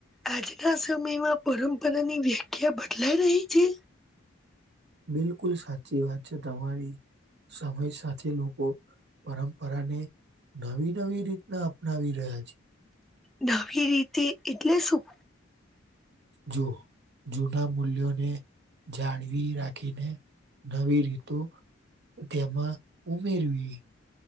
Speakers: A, in the centre; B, on the right.
A: આજના સમયમાં પરંપરાની વ્યાખ્યા બદલાય હ રહી છે
B: બિલકુલ સાચી વાત છે તમારી સમય સાથે લોકો પરંપરાને નવી નવી રીતના અપનાવી રહ્યા છે
A: નવી રીતે એટલે શું
B: જુવો જૂના મૂલ્યોને જાળવી રાખીને નવી રીતુ તેમાં ઉમેરવી